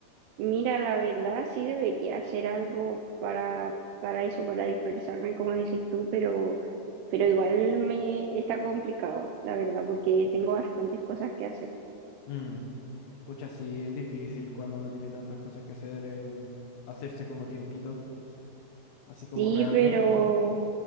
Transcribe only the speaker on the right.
Mira, la verdad, sí debería hacer algo para, para eso, para dispersarme, como decís tú, pero... pero igual me está complicado, la verdad, porque tengo bastantes cosas que hacer.
Sí,
pero,